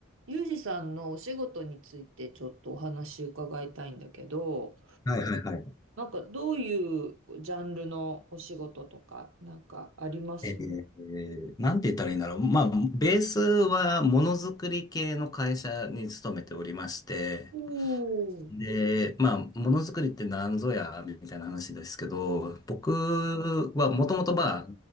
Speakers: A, on the right; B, on the left.
A: ユージさんのお仕事についてちょっとお話伺いたいんだけど、
B: はいはいはい。
A: なんかどういうジャンルのお仕事とかなんかあります
B: えー、なんて言ったらいいんだろう。まあ、ベースはものづくり系の会社に勤めておりまして、
A: おー、
B: で、まあ、ものづくりって何ぞや、みたいな話ですけど、僕はもともとまあ、